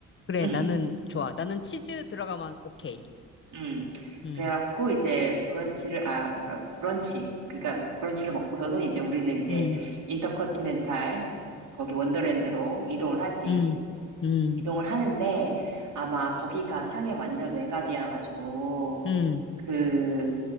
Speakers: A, on the left; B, on the right.
A: 그래,
B: 음,
A: 나는 좋아. 나는 치즈 들어가면 오케이.
B: 음.
A: 음,
B: 그래갖고 이제 브런치를 아 러- 브런치 그러니까 브런치를 먹고서는 이제 우리는 이제
A: 음,
B: 인터컨티넨탈 거기 원더랜드로 이동을 하지.
A: 음, 음,
B: 이동을 하는데 아마 거기가 상해 완전 외곽이어 가지고
A: 음.
B: 그